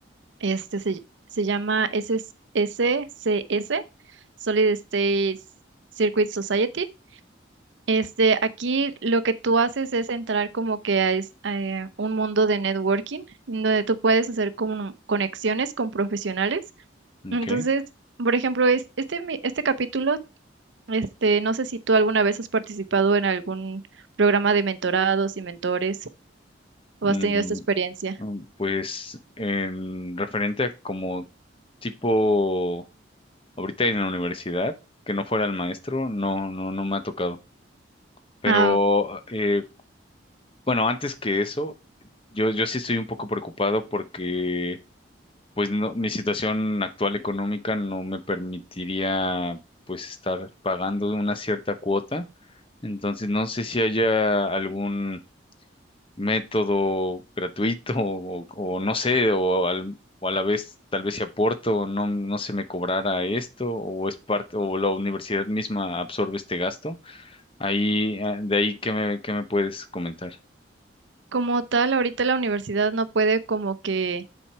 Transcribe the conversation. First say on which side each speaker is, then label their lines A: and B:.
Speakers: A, on the right (about 70°); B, on the left (about 30°).
A: este, se, se llama s S c s Solid State Circuit Society este, aquí lo que tú haces es entrar como que a, es- a, eh, un mundo de networking, donde tú puedes hacer como conexiones con profesionales.
B: Ok.
A: Entonces, por ejemplo, es, este, mi- este capítulo, este, no sé si tú alguna vez has participado en algún programa de mentorados y mentores o
B: Mm,
A: has tenido esta experiencia.
B: Mm, Pues en referente a como tipo ahorita en la universidad, que no fuera el maestro, no, no, no me ha tocado. Pero
A: Ah,
B: eh, bueno, antes que eso, yo, yo sí estoy un poco preocupado porque pues no, mi situación actual económica no me permitiría pues estar pagando una cierta cuota. Entonces no sé si haya algún método gratuito o, o no sé, o, al- o a la vez tal vez si aporto, no, no se me cobrara esto o es parte o la universidad misma absorbe este gasto. Ahí, eh, de ahí, ¿qué me, qué me puedes comentar?
A: como tal, ahorita la universidad no puede como que